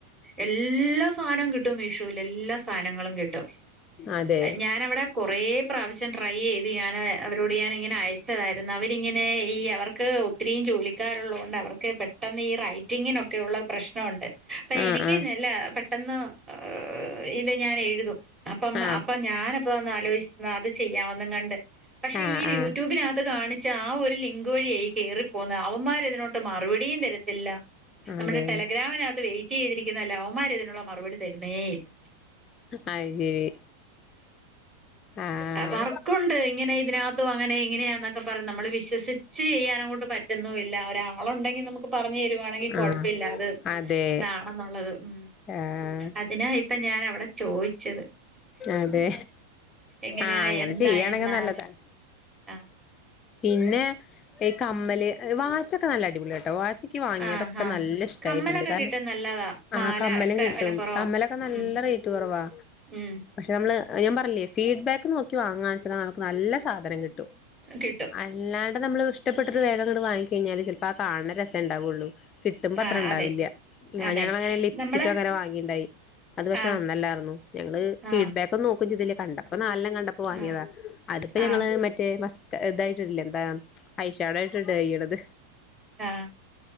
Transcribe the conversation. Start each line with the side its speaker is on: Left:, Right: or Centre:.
Right: എല്ല സാനവും കിട്ടും മിശോല് എല്ലാ സാധനങ്ങളും കിട്ടും
Left: അതെ
Right: ഞാൻ അവിടെ കുറെ പ്രാവശ്യം ട്രൈ എയ്ത് ഞാന് അവരോട് ഞാനിങ്ങനെ അയച്ചതായിരുന്നു അവര്‌യിങ്ങനെ ഈ അവർക്ക് ഒത്തിരി ജോലിക്കാര് ഉള്ളോണ്ട് അവർക്ക് പെട്ടെന്ന് ഈ റയിറ്റിംഗിന് ഒക്കെയുള്ള പ്രശ്‌നം ഉണ്ട് ഇപ്പം
Left: ആഹ്
Right: എനിക്ക്
Left: ആഹ്
Right: നല്ല പെട്ടെന്ന് അ് ഇത് ഞാനെഴുതും അപ്പം
Left: ആഹ്
Right: അപ്പം ഞാ അപ്പോണ് ആലോയിച്ന്ന് അത് ചെയ്യാമെന്ന്ങ്ങാണ്ട് പക്ഷെ
Left: ആഹ്
Right: ഈ വ്യൂറ്റുബിനക്
Left: ആഹ്
Right: ത് കാണി ചാ ഒരു ലിങ്ക് വഴിയേ കേറി പോന്ന അവൻമാര് ഇതിനോട്ട് മറുവടീ തരത്തില്ല
Left: ആതെ
Right: നമ്മുടെ ടെലഗ്രാമിനകത്ത് വെയി റ്റിയ്തിരിക്കുന്നല്ല ഓമാര് ഇതിനുള്ള മറുപടി തര്ണെഇല്ല
Left: അത് ശരി ആഹ്
Right: ആ വർക്കുണ്ട് ഇങ്ങനെ ഇതിനകത്ത് ത്തു അങ്ങനെ ഇങ്ങനെയാണ്. ക്കെ പറിം നമ്മള് വിശ്വസിച്ചാ ചെയ്യാനങ്ങോട്ട് പറ്റുന്നുവില്ല അവരാ ആള ഉണ്ടെങ്ക നമക്ക് പറഞ്ഞു തരുവാണെങ്കിൽ കുയ
Left: ആഹ്
Right: ല്ലാതെ
Left: അതെ
Right: ഇതാണെന്നുള്ളത് ഉ
Left: ആഹ്
Right: അതിന ഇ ഇപ്പൊ ഞാൻ അവിടെ ചോയിച്ച
Left: അതെ
Right: എങ്ങനെയാ
Left: ആഹ അങ്ങനെ
Right: എന്താ
Left: ചെയ്യയാണെങ്കിൽ
Right: എന്നാണ്
Left: നല്ലതാണ്
Right: ആ
Left: പിന്നെ ഈ കമ്മല് വാച്ചൊക്കെ നല്ല അടിപൊളിയ ഇട്ടവാച്ചക്ക് വാങ്ങിയതൊക്കെ
Right: ആ ആ
Left: നല്ല ഇഷ്ടായിട്ടുണ്ട്
Right: കമ്മലൊക്കെ
Left: കാരണം
Right: കിട്ടും നല്ലതാ മാല
Left: ആഹ കമ്മലും
Right: ഒക്കെ
Left: കിട്ടും
Right: വില കുറവാ
Left: കമ്മലൊക്കെ നല്ല
Right: ഉം
Left: റേറ്റ് കുറവാ
Right: ഉം
Left: നമ്മള് ഞാൻ പറഞ്ഞില്ലേ ഫീഡ്ബാക്ക് നോക്കി വാങ്ങാച്ച നമക്ക് നല്ല സാധനം കിട്ടും
Right: കിട്ടും
Left: അല്ലാ അവിടെ നമ്മള് ഇഷ്ടപ്പെട്ടരു വേഗംങ്ങട് വാങ്ങി കഴിഞ്ഞാ ചിലപ്പോ ആ കാണ രസ ഉണ്ടാവുള്ളൂ കിട്ടുമ്പോ
Right: ആ
Left: അത്ര ഇണ്ടാവില്ല
Right: അതെ
Left: ആ
Right: അതെ
Left: ഞങ്ങ അങ്ങനെ ലിപ്സ്റ്റിക്
Right: നമ്മള്
Left: അങ്ങനെ വാങ്ങിണ്ടായി അത് പക്ഷെ
Right: ആ
Left: നന്നല്ലായിരുന്നു ഞങ്ങള് ഫീഡ്
Right: ആ
Left: ബാക്ക് ഒ നോക്കോ ഇതില് കണ്ട അപ്പ നല്ല കണ്ടപ്പോ വാങ്ങിയതാ
Right: ആ
Left: അതിപ്പോ ഞങ്ങള്
Right: ആ
Left: മറ്റേ ഇതായിട്ടിടില്ലേ എന്താ ഐഷാഡായിട്ടിടെ ചെയ്യണത്.
Right: ആ